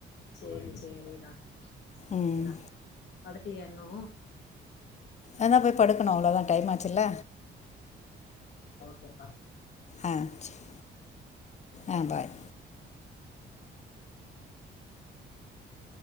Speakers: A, on the left; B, on the left.
A: சேரி சேரிடா ஓகேடா
B: ம்
A: படுக்கலயா இன்னு
B: அதா போய் படுக்கணு அவ்ளோதா டைம் ஆச்சுல்ல
A: க்கேப்பா
B: ஆ சேரி ஆ பாய்